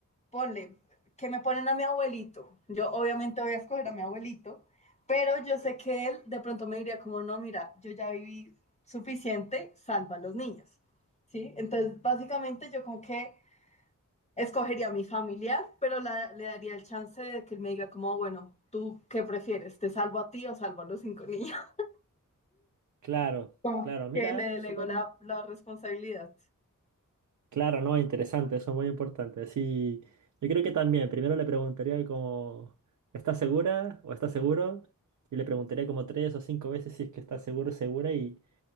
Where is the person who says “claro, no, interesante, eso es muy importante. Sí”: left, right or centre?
Right